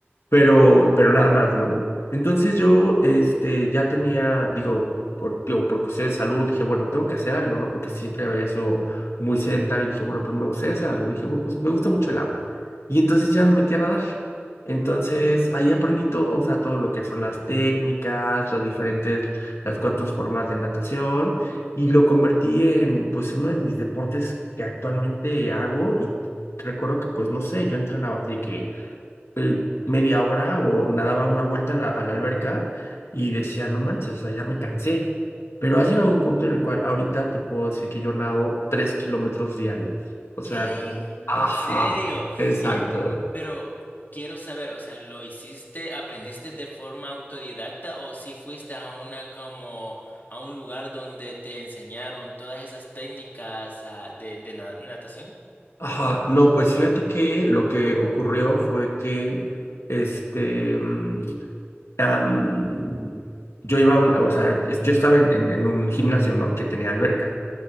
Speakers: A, on the left; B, on the left.
A: pero, pero nada más, ¿no? Entonces yo, este, ya tenía, digo, por, digo, por cuestiones de salud, dije, bueno, tengo que hacer algo, ¿no? Porque siempre había sido muy sedentario, dije, bueno, pues me gustaría hacer algo. Dije, bueno, pues me gusta mucho el agua. Y entonces ya me metí a nadar. Entonces ahí aprendí todo, o sea, todo lo que son las técnicas, las diferentes, las cuatro formas de natación y lo convertí en, pues, uno de mis deportes que actualmente hago y recuerdo que, pues, no sé, yo entrenaba así de que eh, media hora o nadaba una vuelta en la, a la alberca y decía, no manches, o sea, ya me cansé. Pero ha llegado un punto en el cual ahorita te puedo decir que yo nado tres kilómetros diarios. O sea,
B: ¿Qué?
A: Ajá,
B: ¿En serio?
A: exacto.
B: Y, pero quiero saber, o sea, ¿lo hiciste, aprendiste de forma autodidacta o si fuiste a una como a un lugar donde te enseñaron todas esas técnicas ah, de, de na- natación?
A: Ajá, no, pues fíjate que lo que ocurrió fue que este mm, am, yo iba a un- o sea, es- yo estaba en, en- en un gimnasio, ¿no? Que tenía alberca.